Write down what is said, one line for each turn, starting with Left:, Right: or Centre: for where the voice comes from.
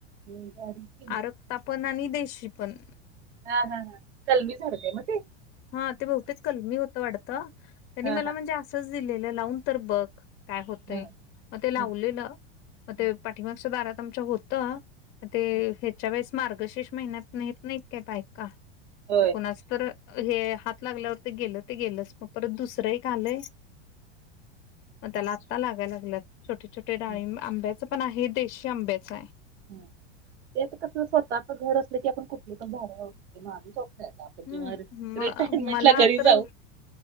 Right: मी भारीच केलं.
Left: आरक्ता पण आणि देशी पण
Right: हा हा हा कलमी सारखं म ते
Left: हा ते बहुतेच कलमी होतं वाढतं त्यांनी
Right: हा
Left: मला
Right: हा
Left: म्हणजे असंच दिलेलं लावून तर बघ काय होतय
Right: हम्म.
Left: मग ते लावलेलं
Right: हम्म,
Left: म ते
Right: हम्म,
Left: पाठीमागच्या दारात आमच्या होत ते
Right: हम्म.
Left: ह्याच्या वेळेस मार्गशीर्ष महिन्यात नेत नाहीत काय बाईका ते
Right: होय.
Left: कोणाच तर हे हात लागल्यावर ते गेलं ते गेलंच मग परत दुसरं एक आलंय मग त्याला आत्ता लागायला लागल्यात छोटे छोटे डाळीब
Right: हम्म.
Left: आंब्याचं पण आहे देशी आंब्याचं आहे
Right: ह तेच कस स्वतःच घर असलं की आपण कुठली पण झाड लावू माझ स्वप्न आता आपण
Left: हम्म
Right: जेव्हा
Left: म
Right: रिटायरमेंटला
Left: मला
Right: घरी
Left: तर
Right: जाऊ